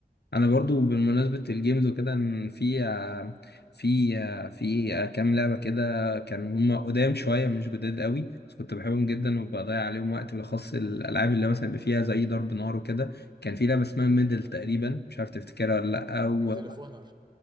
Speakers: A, on the left (about 80°); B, on the right (about 25°).
A: انا برضو بالمناسبة الجيمز وكده ان في آه، في آه، في آه، كام لعبة كده كانوا هم قدام شوية مش جداد قوي بس كنت بحبهم جدا وبضيع عليهم وقت بالاخص الالعاب اللي مثلا بيبقى فيها زي ضرب نار وكده كان في لعبة اسمها ميدل تقريبا مش عارف تفتكرها ولا لا
B: ميدل اوف اونر